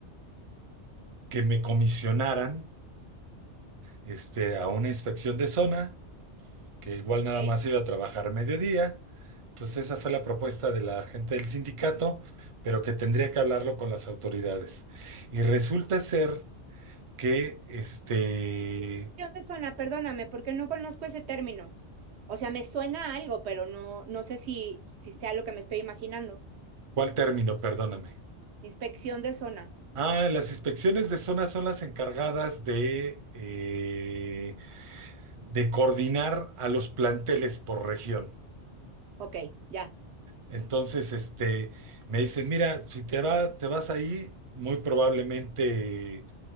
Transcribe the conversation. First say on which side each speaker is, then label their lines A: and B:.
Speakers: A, on the right; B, on the right.
A: que me comisionaran, este, a una inspección de zona. que igual
B: Ok.
A: nada más iba a trabajar mediodía. Entonces esa fue la propuesta de la gente del sindicato, pero que tendría que hablarlo con las autoridades. Y resulta ser que, este,
B: Construcción de zona, perdóname, porque no conozco ese término. O sea, me suena a algo, pero no, no sé si, si sea lo que me estoy imaginando.
A: ¿cuál término? Perdóname.
B: Inspección de zona.
A: Ah, las inspecciones de zona son las encargadas de, eh, de coordinar a los planteles por región.
B: Ok, ya,
A: Entonces, este, me dicen, mira, si te va- te vas ahí, muy probablemente